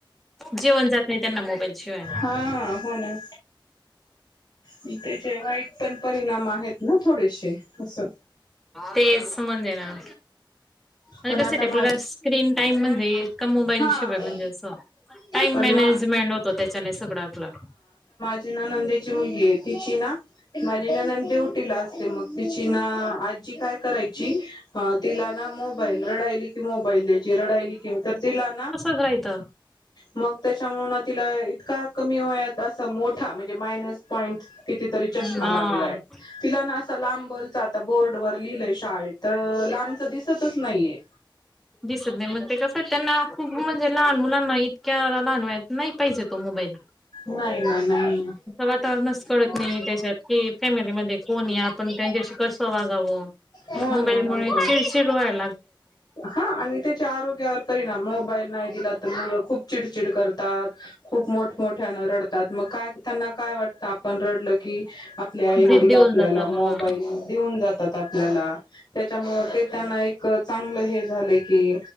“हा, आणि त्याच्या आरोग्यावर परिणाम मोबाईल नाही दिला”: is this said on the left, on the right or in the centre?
Left